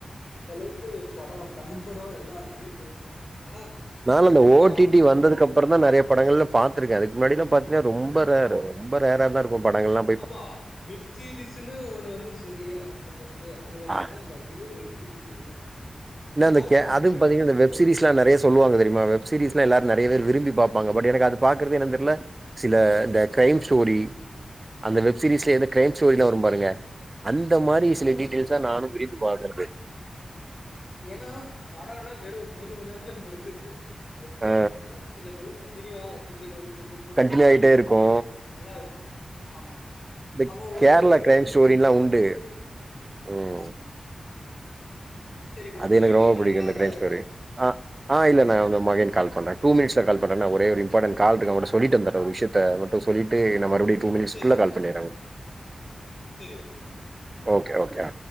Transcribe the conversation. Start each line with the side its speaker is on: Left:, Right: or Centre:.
Left: அந்த அளவுக்கு படோ தமிழ் படோ எல்லா எங்கயோ போய்ட்டு இருக் ஆனா இங்கிலீஷ்
Right: நாலா இந்த
Left: படோ
Right: ஓடிடி
Left: ஹாலிவுட் படோல்லா
Right: வந்ததுக்கு
Left: எங்க
Right: அப்புறோ தா நெறைய படங்கள்ல பாத்துருக்க அதுக்கு முன்னாடிலா பாத்தீன்னா ரொம்ப ரேர் ரொம்ப ரேர்ரா தா இருக் கு படங்கள்ல்லா
Left: ஆமா வெப் சீரிஸ்ன்னு ஒண்ணு வந்துச்சு இல்லையா இந்த ஃபஸ்ட்டு அதுக்கப்புமா
Right: ஆ
Left: தா இப்ப அதிகம் வெப் சிரீஸ் எல்லா
Right: இந்தா இந்த
Left: யாரு
Right: க
Left: படம்
Right: அது
Left: எடுக்கணு
Right: பாத்தீங்கனா
Left: எல்லா
Right: இந்த வெப்
Left: இப்ப
Right: சீரிஸ்லா நெறைய சொல்லுவாங்க தெரிமா வெப்சீரிஸ்லா எல்லாரு நெறைய பேர் விரும்பி பாப்பாங்க பட் எனக்கு அது பாக்குறது என்னன் தெர்ல சில இந்த க்ரைம் ஸ்டோரி அந்த வெப் சீீரீஸ்ல
Left: ஆமா
Right: இந்த கீரைம் ஸ்டோரிலா வரும் பாருங்க அந்த மாரி
Left: ஆமாமா
Right: சில டீட்டைல்ஸ்ச நானு விரும்பி பாக்குறது
Left: ஏனா படோனா வெறு மூணு மணி நேரத்துல முடிஞ்சிருது ஹட்சீரிஸ்னா
Right: ஆ
Left: சிலதுல கட் டின்யூ ஆ season one season two
Right: continue
Left: season
Right: ஆயிட்டே
Left: three
Right: இருக்கு
Left: போகு நல்லா இருக்கு ஆமா
Right: இந்த
Left: அப்ப ஒவ்வொரு
Right: கேரளா
Left: இருவத்தி
Right: கிரைம்
Left: மூணு
Right: ஸ்டோரில்லா
Left: நிமிஷத்துக்கு
Right: உண்டு
Left: வந்து
Right: ம்
Left: ஆமா சரி
Right: அது
Left: திரும்பி
Right: எனக்கு ரொம்ப
Left: கால் பண்றீங்களா
Right: பிடிக்கு இந்த க்ரைம்
Left: வேல
Right: ஸ்டோரி
Left: இருக்கா
Right: ஆ ஆ இல்லன்ன நம்ம அகேன் கால் பண்ற டூ மினிட்ஸ்ல கால் பண்றன்ன ஒரே ஒரு இம்பார்டண்ட் கால் இருக்கு அவங்கட்ட சொல்லிட்டு வந்துர ஒரு விசயத்த சொல்லிட்டு நா மறுபடியு டூ மினிட்ஸ்க்குள்ள
Left: சரி
Right: கால் பண்ணிடுற
Left: சரி பண்ணுங்க
Right: ஓகே ஓகே ஆ